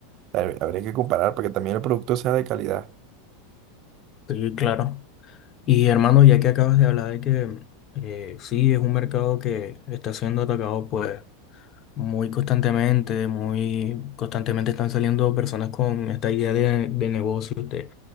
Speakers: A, on the right; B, on the left.
A: hab- habría que comparar para que también el producto sea de calidad.
B: Sí, claro. Y hermano, ya que acabas de hablar de que eh, sí es un mercado que está siendo atacado, pues muy constantemente, muy constantemente están saliendo personas con esta idea de, de negocios, de